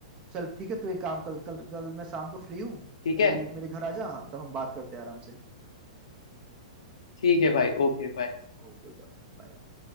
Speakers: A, on the right; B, on the left.
A: चल ठीक है तू एक काम कल कल कल मैं शाम को फ्री हूँ
B: ठीक
A: तो
B: है
A: मेरे घर आ जा हाँ, तब हम बात करते हैं आराम से
B: ठीक है भाई ओके बाय
A: Okay bye bye bye